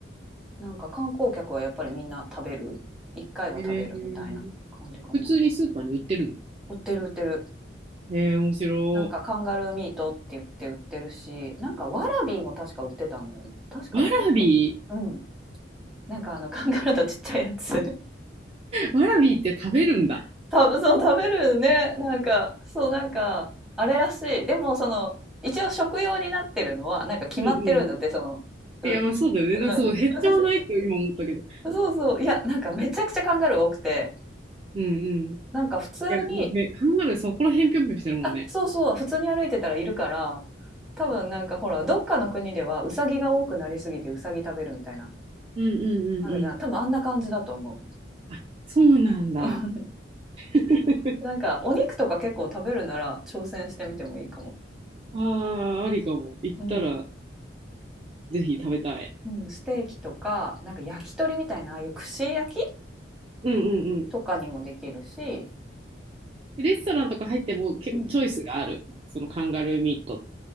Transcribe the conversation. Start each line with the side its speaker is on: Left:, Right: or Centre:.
Centre: なんか観光客はやっぱりみんな食べる一回は食べるみたいな感じかな
Right: んえー、普通にスーパーに売ってる
Centre: 売ってる売ってる
Right: のえー、面白
Centre: なんかカンガルーミートって言って売ってるしなんかワラビーも確か売ってたんだよね確かだけ
Right: い。わらび、
Centre: どうんなんかあのカンガルーのちっちゃいやつ
Right: わらびって食べるんだ。
Centre: <laughs> たそう食べるねなんかそうなんかあれらしいでもその一応食用になってるのはなんか決まってるんだってそのうん
Right: うん。うんうんうん。いや、まあそうだよね。だからそう、
Centre: うん
Right: 減っちゃわないって今思ったけど。
Centre: <laughs> そうそういやなんかめちゃくちゃカンガルー多くて
Right: うんうん。い
Centre: なんか普通に
Right: や、ね、カンガルーそこら辺ぴょんぴょんしてるもんね。
Centre: あ、そうそう、普通に歩いてたらいるから、多分なんかほら、どっかの国ではウサギが多くなりすぎてウサギ食べるみたいな、
Right: うんうんうんうん。
Centre: あるじゃん。多分あんな感じだと思う。
Right: あ、そうなんだ。
Centre: <laughs>
Right: <laughs>
Centre: なんかお肉とか結構食べるなら挑戦してみてもいいかも。
Right: ああ、ありかも。行ったら、
Centre: うん。
Right: ぜひ食べたい。
Centre: うん、ステーキとか、なんか焼き鳥みたいな、ああいう串焼き
Right: うんうんうん。
Centre: とかにもできるし、
Right: レストランとか入っても結構チョイスがある。
Centre: うん。
Right: そのカンガルーミート。